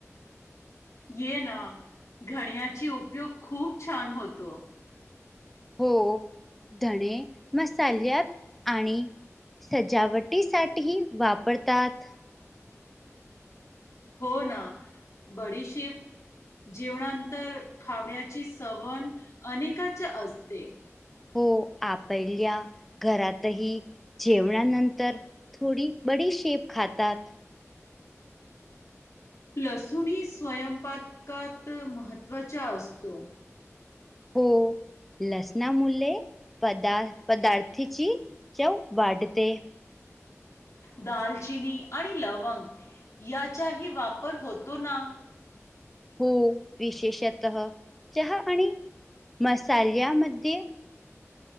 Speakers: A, on the left; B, in the centre.
A: ये ना घण्याची उपयोग खूप छान होतो.
B: हो धणे मसाल्यात आणि सजावटीसाठी वापरतात.
A: हो ना बडीशीप जेवणान्तर तर खावण्याची सवण अनेकाच्या असते.
B: हो आपल्या घरातही जेवणानंतर थोडी बडी शेप खातात.
A: लसूणी स्वयंपाकात महत्त्वाच्या आसतो.
B: हो. लसनामुले पदार पदार्थची चव वाढते.
A: दालचिनी आणि लवंग याचाही वापर होतो ना?
B: हो विशेषतह चहा आणि मसाल्यामध्ये